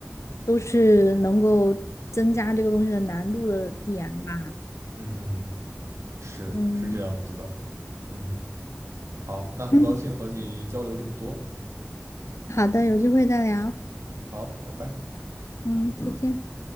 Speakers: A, on the left; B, on the right.
A: 都是能够增加这个东西的难度的点吧，
B: 嗯，是是这样子的，
A: 嗯。
B: 嗯，好，那很高兴和你交流这么多，
A: 嗯，好的，有机会再聊。
B: 好，拜拜。
A: 嗯，再嗯见。